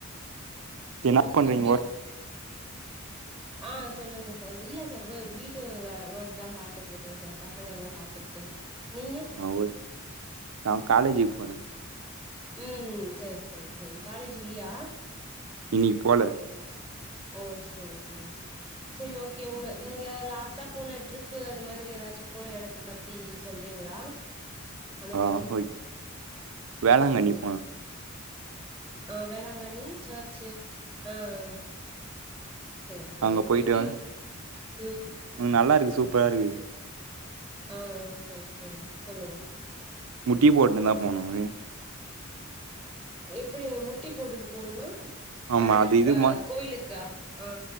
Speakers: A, in the centre; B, on the right (about 80°).
A: அப்றோ
B: என்னா
A: சார்
B: பண்றீங்க
A: எப்டி
B: ஓர்க்
A: ஆ சொல்லுங்க சார், இல்ல சார் வ வீட்டு வே ஒர்க் தா பாத்துட்டு இருக்க சார் பசங்க எல்லா பாத்துக்கிட்டு நீங்க
B: ஆ ஓகே நா காலேஜி போற
A: ம் சேரி சேரி சேரி காலேஜ் இல்லியா
B: இன்னிக்கி போல
A: ஓ சேரி சேரி சேரி ஓகே உங்க நீங்க லாஸ்ட்டா போன ட்ரிப்பு அது மாதிரி ஏதாச்சு போன எடத்த பத்தி சொல்றீ றீங்ளா அனுபவம்
B: ஆ ஓகே வேளாங்கண்ணி
A: ம்
B: போனே
A: ஆ வேளாங்கண்ணி சர்ச்சு, ஆ ஆ செரி செரி
B: அங்க
A: எப்
B: போயிட்டு
A: எப்டி இருக் ம்
B: ம் நல்லா இருக்கு சூப்பரா இருக்கு
A: ஆ ஆ சேரி சேரி சொல்லுங்க
B: முட்டி போட்னு தா போனோமே
A: எப்டி முட்டி போட்டுட்டு போனும்னா
B: ஆமா
A: மேல
B: அது இது
A: ப
B: ம
A: கோயிலுக்கா ஆ